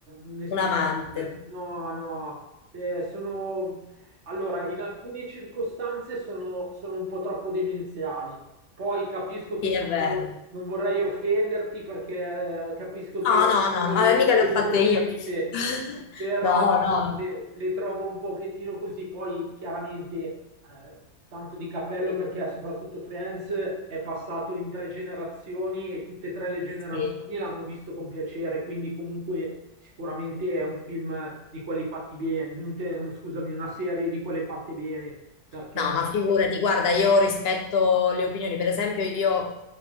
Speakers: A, on the right; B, on the left.
A: un estimatore.
B: Un amante,
A: No, no. Eh, sono allora, in alcune circostanze sono, sono un po' troppo demenziali. Poi capisco che
B: sì,
A: posso-
B: è vero.
A: non vorrei offenderti perché eh, capisco che
B: No, no,
A: sono
B: no, no,
A: le
B: eh,
A: tue
B: mica
A: serie
B: le ho fatte
A: preferite,
B: io. <laughs>
A: però
B: No, no,
A: le, le trovo un pochettino così. Poi chiaramente eh, tanto di cappello perché soprattutto Friends è passato in tre generazioni e tutte e tre le generazioni
B: sì.
A: l'hanno visto con piacere, quindi comunque sicuramente è un film di quelli fatti bene, un te- un- scusami, una serie di quelle fatte bene, perché
B: No, ma figurati, guarda, io rispetto le opinioni, per esempio io